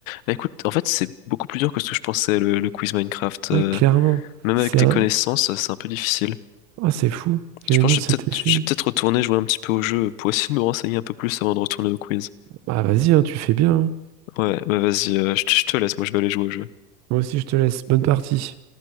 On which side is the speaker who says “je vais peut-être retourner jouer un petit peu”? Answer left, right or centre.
Left